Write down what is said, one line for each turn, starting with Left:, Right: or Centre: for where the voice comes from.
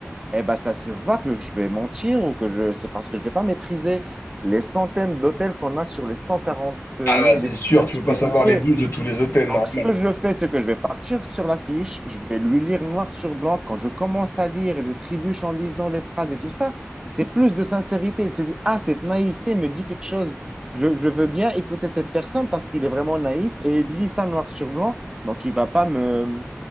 Right: eh ben, ça se voit que je vais mentir ou que je, c'est parce que je ne vais pas maîtriser les centaines d'hôtels qu'on a sur les 141
Left: Ah bah, c'est
Right: destinations,
Left: sûr, tu peux pas
Right: les
Left: savoir
Right: milliers.
Left: les douches de tous les hôtels, normal.
Right: Donc, ce que je fais, c'est que je vais partir sur la fiche, je vais lui lire noir sur blanc. Quand je commence à lire et je trébuche en lisant les phrases et tout ça, c'est plus de sincérité. Il se dit, ah, cette naïveté me dit quelque chose. Je, je veux bien écouter cette personne parce qu'il est vraiment naïf et il lit ça noir sur blanc. Donc, il va pas me...